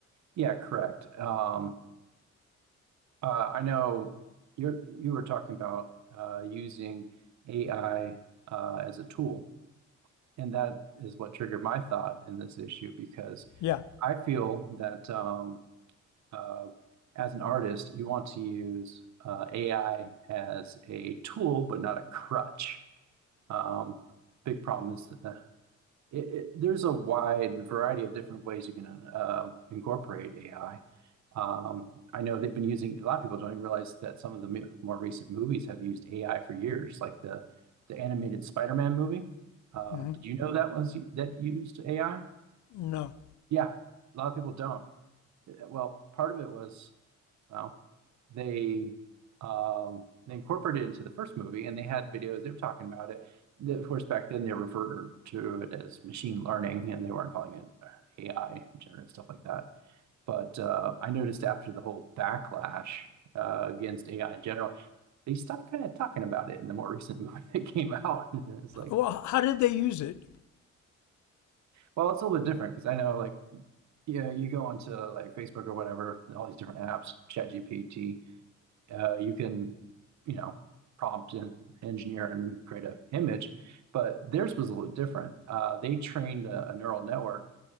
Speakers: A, on the right; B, on the left.
A: Yeah, correct. Um, Uh, I know you're you were talking about uh, using AI as a tool, and that is what triggered my thought in this issue because
B: Yeah.
A: I feel that um, uh, as an artist, you want to use AI as a tool, but not a crutch. Um, big problem is uh, it, it, there's a wide variety of different ways you can uh, incorporate AI. Um, I know they've been using, a lot of people don't even realize that some of the mo- more recent movies have used AI for years, like the the animated Spider-Man movie. Uh,
B: hmm
A: did you know that was that used AI?
B: No.
A: Yeah, a lot of people don't well, part of it was, well, they um they incorporated it into the first movie and they had videos, they were talking about it. The- Of course, back then they referred to it as machine learning and they weren't calling it AI, generative stuff like that. But uh, I noticed after the whole backlash uh, against AI in general, they stopped kind of talking about it in the more recent movie <laughs> that came out. <laughs> It's like,
B: Well, how did they use it?
A: well, it's a little bit different because I know like y- yeah, you go onto like Facebook or whatever, all these different apps, ChatGPT, uh, you can, you know, prompt an engineer and create a image, but theirs was a little different. Uh, they trained a, a neural network